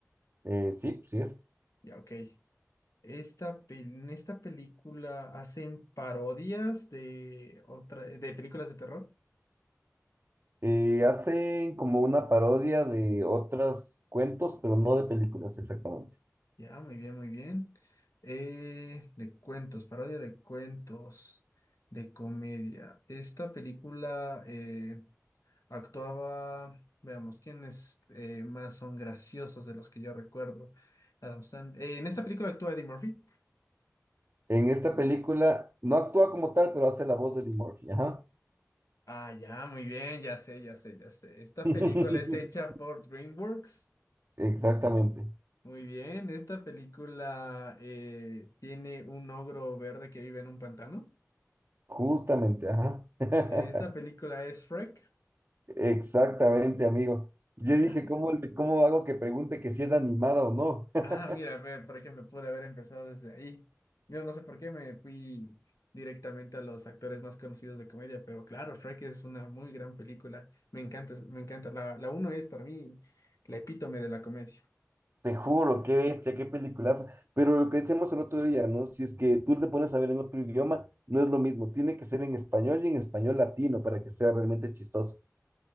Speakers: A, on the right (about 50°); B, on the left (about 85°).
A: Eh, sí, sí es.
B: Ya, ok. Esta, pel- en esta película hacen parodias de otra, de películas de terror.
A: Eh, hacen como una parodia de otros cuentos, pero no de películas exactamente.
B: Ya, muy bien, muy bien. Eh, de cuentos, parodia de cuentos, de comedia. Esta película eh, actuaba, veamos, ¿quiénes eh, más son graciosos de los que yo recuerdo? Adam Sand- eh, en esta película actúa Eddie Murphy.
A: En esta película no actúa como tal, pero hace la voz de Eddie Murphy, ajá.
B: Ah, ya, muy bien, ya sé, ya sé, ya sé. Esta
A: <laughs>
B: película es hecha por DreamWorks.
A: Exactamente,
B: Muy bien, esta película eh, tiene un ogro verde que vive en un pantano.
A: justamente, ajá. <laughs>
B: Eh, Esta película es Shrek.
A: Exactamente, amigo. Yo
B: Ah,
A: dije,
B: mira,
A: ¿cómo, le- cómo hago que pregunte que si es animada o no? <laughs>
B: Ah, mira, ve, por ejemplo, pude haber empezado desde ahí. Yo no sé por qué me fui directamente a los actores más conocidos de comedia, pero claro, Shrek es una muy gran película. Me encanta, me encanta. La, la uno es para mí la epítome de la comedia.
A: Te juro, qué bestia, qué peliculazo. Pero lo que decíamos el otro día, ¿no? Si es que tú te pones a ver en otro idioma, no es lo mismo. Tiene que ser en español y en español latino para que sea realmente chistoso.